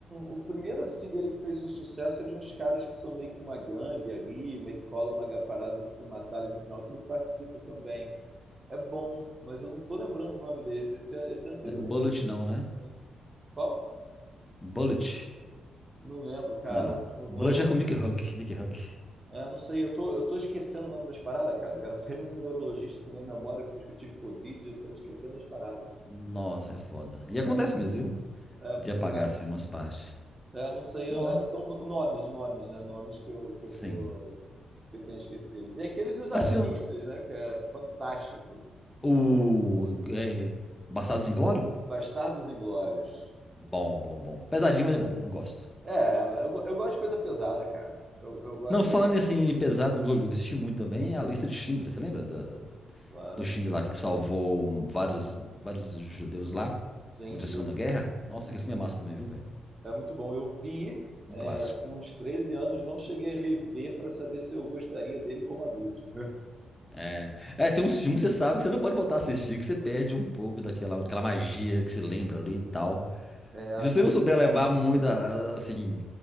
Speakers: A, on the right; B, on the left.
A: O primeiro, assim, dele que fez um sucesso é de uns caras que são meio que uma gangue ali, meio que cola uma ga- parada de se matar ali no final, que ele participa também. É bom, mas eu não tô lembrando o nome desse. Esse é, esse é anterior
B: Não é bullet,
A: ao Pulp Fiction
B: não, né?
A: também. Qual?
B: Bullet?
A: Não lembro, cara.
B: Não, não.
A: Não
B: Bullet
A: vou.
B: é com o Mickey Huck. Mickey Huck.
A: É, não sei, eu tô, eu tô esquecendo o nome das paradas, cara. Cara, tô indo no neurologista que minha memória, depois que eu tive Covid, eu tô esquecendo as paradas.
B: Nossa, é foda. E
A: Mas,
B: acontece mesmo, viu?
A: é,
B: De
A: pois
B: apagar,
A: é.
B: assim, umas partes.
A: É, não sei,
B: Nó.
A: eu- é, são no- nomes, nomes, né? Nomes que eu, que eu
B: Sim.
A: vou. que eu tenho esquecido. Tem aquele dos nazistas,
B: Assim, ó,
A: né? Que é fantástico.
B: o... É, Bastardos Inglórios?
A: Bastardos Inglórios.
B: Bom, bom, bom. Pesadinho, mas é bom. Eu gosto.
A: É, eu, go- eu gosto de coisa pesada, cara. Eu, eu gosto,
B: Não, falando assim, em assim, pesado, eu eu assisti muito também a lista de Schindler. Você lembra do,
A: claro.
B: do Schindler lá, que ele salvou vários, vários judeus lá
A: Sim,
B: durante a Segunda
A: eu,
B: Guerra? Nossa,
A: uhum.
B: aquele filme é massa também, viu, velho?
A: É muito bom. Eu vi
B: Um
A: é,
B: clássico.
A: com uns 13 anos, não cheguei a rever para saber se eu gostaria dele como adulto.
B: É. É, tem uns filmes que você sabe que você não pode voltar a assistir, que você perde um pouco daquela aquela magia que você lembra ali e tal.
A: É.
B: E se você não souber levar muito, a- assim,